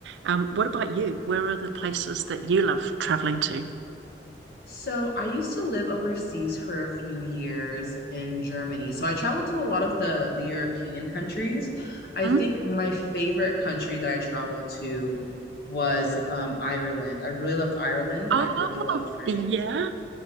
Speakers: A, on the right; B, on the left.
A: Um, what about you? Where are the places that you love traveling to?
B: So, I used to live overseas for a few years in Germany. So, I traveled to a lot of the the European countries. I
A: Hmm?
B: think my favorite country that I traveled to was um, Ireland. I really loved Ireland and
A: Oh,
B: I really loved Greece.
A: yeah.